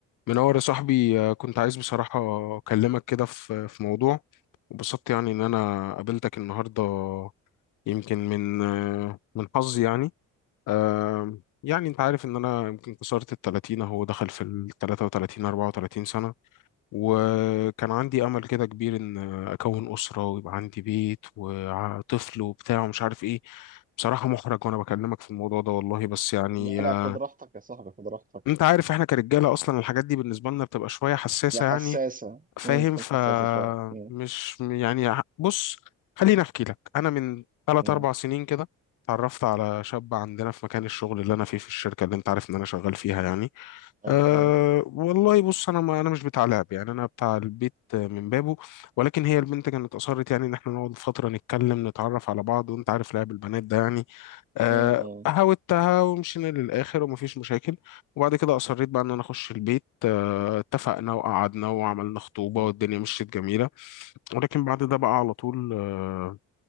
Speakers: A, on the left; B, on the right.
A: منور يا صاحبي آه، كنت عايز بصراحة أكلمك كده في في موضوع وبسطت يعني إن أنا قابلتك النهاردة يمكن من آه، من حظي يعني آم، يعني أنت عارف إن أنا يمكن كسرت التلاتين أهو دخل في التلاتة وتلاتين أربعة وتلاتين سنة وكان عندي أمل كده كبير إن أكون أسرة ويبقى عندي بيت وطفل وبتاع ومش عارف إيه بصراحة محرج وأنا بكلمك في الموضوع ده والله بس يعني
B: لا لا
A: آه،
B: خد راحتك يا صاحبي خد راحتك
A: انت عارف احنا كرجاله اصلا الحاجات دي بالنسبه لنا بتبقى شويه حساسه
B: لا حساسة
A: يعني فاهم
B: امم تكون
A: فمش
B: حساسة شوية امم
A: يعني بص خليني احكي لك انا من 3
B: امم
A: 4 سنين كده اتعرفت على شاب عندنا في مكان الشغل اللي انا فيه في الشركه اللي انت عارف ان انا شغال فيها يعني
B: اي
A: أه
B: اي
A: والله بص انا ما انا مش بتاع لعب يعني انا بتاع البيت من بابه ولكن هي البنت كانت اصرت يعني ان احنا نقعد فتره نتكلم نتعرف على بعض وانت عارف لعب البنات ده يعني آه،
B: امم امم
A: هاوتها ومشينا للآخر ومفيش مشاكل وبعد كده أصريت بقى إن أنا أخش البيت آه، اتفقنا وقعدنا وعملنا خطوبة
B: امم
A: والدنيا مشيت جميلة ولكن بعد ده بقى على طول آه،